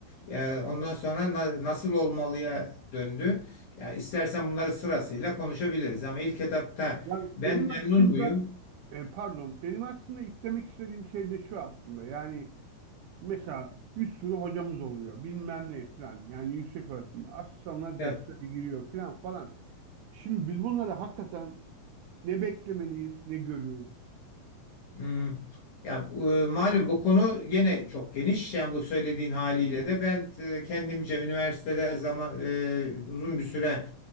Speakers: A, on the left; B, on the right.
A: Ya ondan sonra na- nasıl olmalıya döndü. Ya istersen bunları sırasıyla konuşabiliriz ama ilk etapta
B: Yani benim
A: ben
B: aslında
A: memnun muyum?
B: e, pardon benim aslında eklemek istediğim şey de şu aslında yani mesela bir sürü hocamız oluyor bilmem ne falan yani yüksek öğretimde asistanlar
A: Evet.
B: derslere giriyor filan falan. Şimdi biz bunları hakikaten Ne beklemeliyiz, ne görüyoruz.
A: Hmm. Ya e, malum bu konu gene çok geniş. Yani bu söylediğin haliyle de ben e, kendimce üniversitede zaman e, uzun bir süre